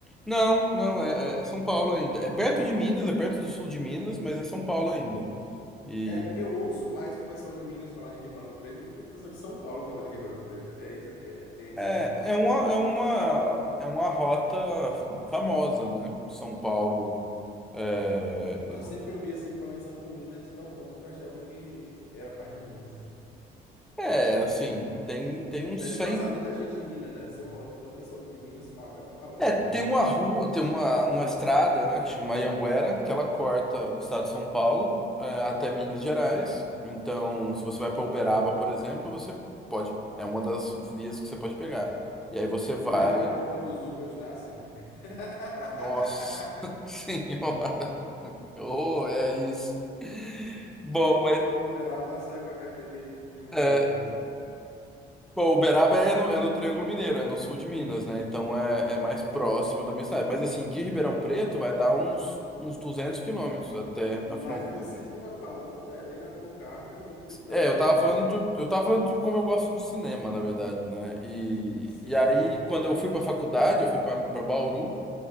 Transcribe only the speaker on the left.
É porque eu ouço mais o pessoal de Minas falar de Ribeirão Preto do que o pessoal de São Paulo falar de Ribeirão Preto. É, isso- é, tem esse.
Mas eu sempre ouvi assim conexão com Minas de tal ponto que eu achava que era parte de Minas.
Deve
passar muita gente de Minas, né? Deve ser um rota. Então o pessoal de Minas fala, acaba falando
de.
Uberaba
é onde os Ubers nascem. <laughs>
Todo mundo
de Uberaba sai com a carteirinha de, de Uber.
Mas
você estava falando da Helena Boncarter do Clube da
Luta.
Sim.